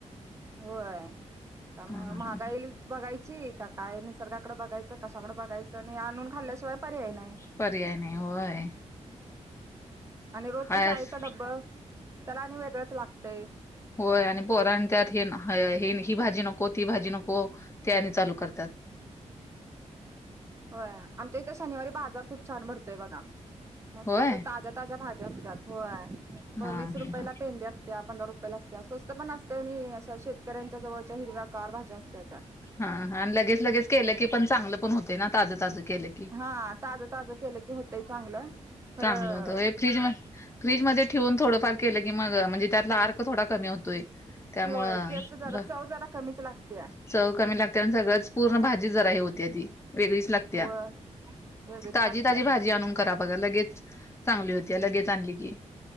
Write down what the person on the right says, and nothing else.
होय मग
महागाईल
बघायची का काय निसर्गाकडे बघायचं कशाकडें बघायं आणि आणून खाल्ल्याशिवाय पर्याय नाही
आणि रोजच
शाळेचा डब्बा त्याला आणि वेगळंच लागतय
होय आमच्या इथे शनिवारी बाजार खूप छान भरतोय बघा मस्त
अस ताज्या ताज्या भाज्या असतात होय
वीस
रुपयाला पेंढी असत्या पंधरा रुपया ला असत्या स्वस्त पण असते आणि अशा शेतकऱ्यांच्या जवळच्या हिरव्या गार भाज्या असत्याता
हा ताजं ताजं केलं की होतय चांगलं खरं
होय टेस्ट जरा
चव जरा कमीच लागत्या
होय वेगळीच
लागत्या